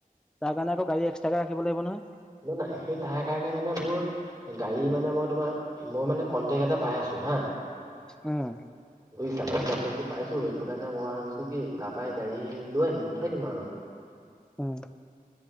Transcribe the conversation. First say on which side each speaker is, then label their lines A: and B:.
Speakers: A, in the centre; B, on the right.
A: তাৰ কাৰণ আক গাড়ী এক্সট্ৰাকে ৰাখিব লাগিব নহয়?
B: ন নহয় সেই তাৰ কাৰণে মানে মোৰ গাড়ী মানে মই মই মানে কণ্টেক্ট এটা পাই আছো হা।
A: উম
B: বুইছা মই কণ্টেক্টো পাইছো সেইটো কাৰণে মই ভাবিছো কি তাৰ পাই গাড়ী লৈ আনিম উঠাই দিম আৰু।
A: উম।